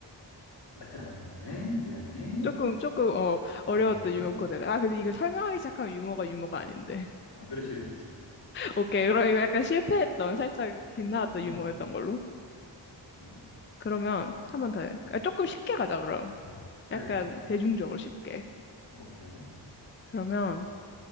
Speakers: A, on the left; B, on the left.
A: 맞지 않았나 보네. 미안해.
B: 조금, 조금, 어, 어려웠던
A: 어, 어,
B: 유머 코드. 아, 근데 이거 설명하기 시작하면 유머가 유머가 아닌데.
A: 어, 그렇지, 그렇지.
B: 오케이. 그럼 이거 약간 실패했던, 살짝 빗나갔던
A: 음, 음,
B: 유머였던 걸로.
A: 음.
B: 그러면 한 번 더. 해.
A: 음.
B: 아, 조금 쉽게 가자, 그럼.
A: 그래,
B: 약간
A: 그래.
B: 대중적으로 쉽게.
A: 오케이.
B: 그러면